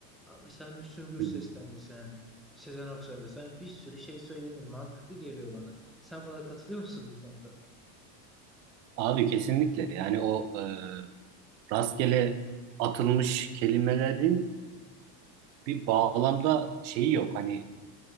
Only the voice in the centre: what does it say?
Aa, Mesela Müslüm Gürses'ten
desen, Sezen Aksu'dan desen bir sürü şey söylenir. Mantıklı geliyor bana. Sen bana katılıyor musun bu konuda?